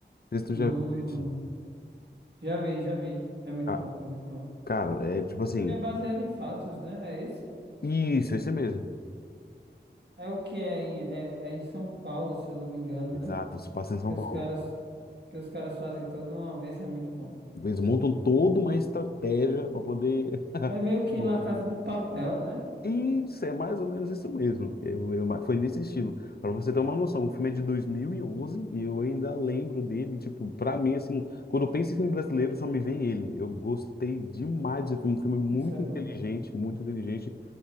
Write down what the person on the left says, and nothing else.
Não sei se tu
já viu esse.
Ca-
Cara, é tipo assim.
Isso, esse mesmo.
Exato,
se passa em São
Paulo.
Eles montam toda uma estratégia para poder. <laughs>
roubar.
Isso, é mais ou menos isso mesmo. Eu, eu- foi nesse estilo. Pra você ter uma noção, o filme é de 2011 e onze e eu ainda lembro dele. Tipo, pra mim, assim, quando eu penso em filme brasileiro, só me vem ele. Eu gostei demais desse filme. Um filme muito
inteligente, muito inteligente.